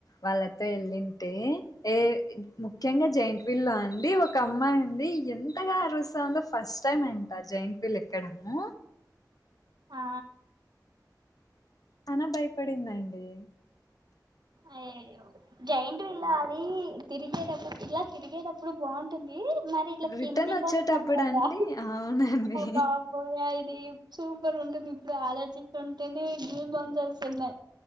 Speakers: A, on the left (about 55°); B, on the right (about 75°).
A: వాళ్ళతో వెళ్ళింటే ఏ ముఖ్యంగా జైంట్ వీల్ లో అండి ఒక అమ్మాయి అండి ఎంతగా అరుస్తందో ఫస్ట్ టై అంటా జైంట్ వీల్ ఎక్కడము
B: ఆ
A: చానా భయపడింది అండి
B: అయ్యయ్యో జైంట్ వీల్ ఆ అది తిరిగేటప్పుడు ఇట్లా తిరిగేటప్పుడు బాగుంటుంది మరి ఇలా
A: రిటర్న్
B: కిందికి
A: వచ్చేటప్పుడు
B: వస్తాం కదా
A: అండి అవునండి
B: బాబోయ్ ఇది చూ సూపర్ ఉంటుంది ఇప్పుడు ఆలోచిస్తుంటేనే గూస్ బంప్స్ వస్తున్నాయి